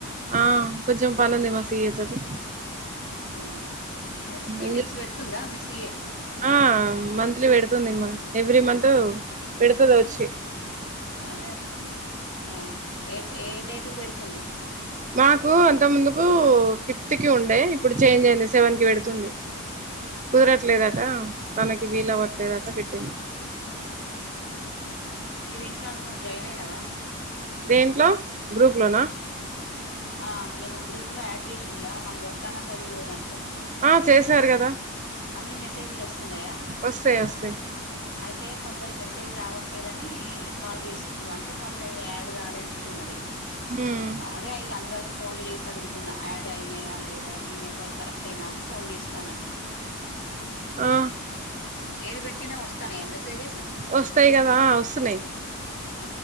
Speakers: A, on the right; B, on the left.
A: ఆ కొంచెం పనంది మా సీయే తోటి
B: అవునా ఎందుకు మీటింగ్స్
A: ఏం చేస్
B: పెడుతుందా మీ సియే
A: ఆ మంత్లీ పెడుతుంది అమ్మ ఎవ్రీ మంత్ పెడుతుందోచ్చి
B: అదే ఆ ఏ ఏ డేట్కి పెడుతుంది
A: మాకు అంత ముందుకు ఫిఫ్త్కి ఉండే ఇప్పుడు చేంజ్ అయింది సెవెన్కి పెడుతుంది కుదరట్లేదట తనకి వీలవ్వట్లేదట పెట్టింది
B: మీది ఇంట్లో నువ్వు జాయినయినవా
A: దేంట్లో గ్రూప్ లోనా
B: ఆ నిన్న గ్రూప్లో యాడ్ చేసిల్లా మన భక్తానంద వీవో దాంట్లో
A: ఆ చేశారు కదా
B: అన్ని మెసేజీలోస్తున్నయా
A: వస్తాయి వస్తాయి
B: అయితే కొందరు మెసేజ్ రావట్లేదని కాల్ జేసిన్లు అంటే వాళ్ళయాడ్ కాలేనట్ ట్టున్నది
A: హ్మ్
B: అదే ఇగ అందర్కు ఫోన్లు జేసి అడుగుతున్న యాడ్ అయినయా లేద మీ నెంబర్ కరెక్టెనా అని ఫోన్ జేస్తానన్నట్టు
A: ఆ
B: ఏది పెట్టినా వస్తానయా మెసేజెస్
A: వస్తయి గదా వస్తున్నయి
B: ఆ